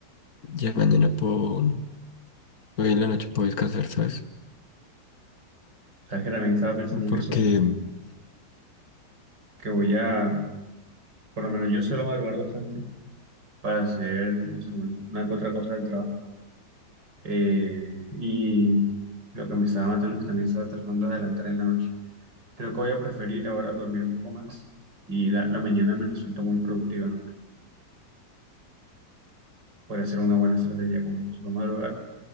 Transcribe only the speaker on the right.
Sabes que también estaba pensando en
eso, como que, que voy a, por lo menos yo suelo madrugar bastante para hacer, no sé, bueno, una que otra cosa del trabajo. Eh, y lo que me estaba matando es que también estaba tratando de adelantar en la noche. Creo que voy a preferir ahora dormir un poco más y la, la mañana me resulta muy productiva, ¿no creo? Podría ser una buena estrategia como que solo madrugar